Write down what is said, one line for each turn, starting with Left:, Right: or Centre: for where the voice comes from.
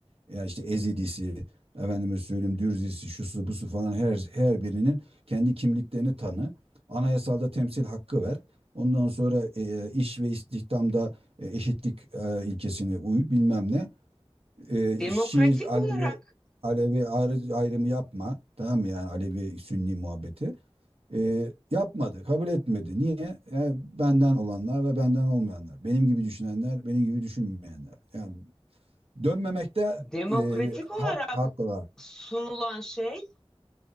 Right: Ya işte Ezidisi, efendime söyleyeyim Dürzisi, şusu busu falan her her birinin kendi kimliklerini tanı. Anayasalda temsil hakkı ver. Ondan sonra e, iş ve istihdamda e, eşitlik e, ilkesine uy bilmem ne. E,
Centre: Demokratik
Right: Şii, Alevi,
Centre: olarak
Right: Alevi ayrı- ayrımı yapma. Tamam mı yani Alevi Sünni muhabbeti. E, yapmadı, kabul etmedi. Niye? E, benden olanlar ve benden olmayanlar. Benim gibi düşünenler, benim gibi düşünmeyenler. Yani dönmemekte
Centre: demokratik
Right: e,
Centre: olarak
Right: hak, hakkı var.
Centre: sunulan şey